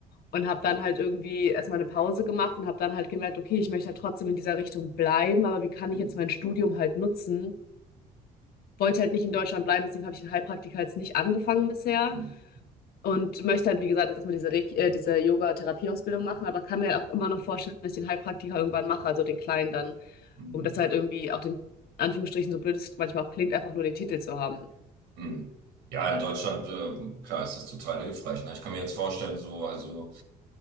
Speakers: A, on the left; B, on the right.
A: Und habe dann halt irgendwie erst mal 'ne Pause gemacht und habe dann halt gemerkt: „Okay, ich möchte halt trotzdem in dieser Richtung bleiben, aber wie kann
B: mm,
A: ich jetzt mein Studium halt nutzen, wollte halt nicht in Deutschland bleiben, deswegen habe ich den Heilpraktiker jetzt nicht angefangen bisher
B: mm,
A: und möchte halt, wie gesagt, jetzt erstmal diese, äh, diese Yoga-Therapieausbildung machen, aber kann mir halt auch immer noch vorstellen, dass ich den Heilpraktiker irgendwann mache, also den kleinen dann,
B: mm.
A: um das halt irgendwie auch den, in Anführungsstrichen, so blöd es manchmal auch klingt, einfach nur den Titel zu haben.
B: Hm. Ja, in Deutschland, ähm, klar, ist das total hilfreich. Ne? Ich kann mir jetzt vorstellen, so, also,